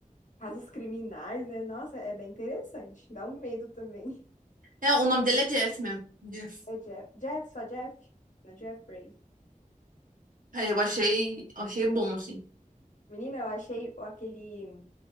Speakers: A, on the left; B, on the right.
A: casos criminais, né? Nossa, é bem interessante. Dá um medo também. <laughs>
B: É, o nome dele é Jeff mesmo. Jeff.
A: É Jeff, Jeff, só Jeff? Não, Jeffrey.
B: Aí eu achei, achei bom, assim.
A: Menina, eu achei o- aquele.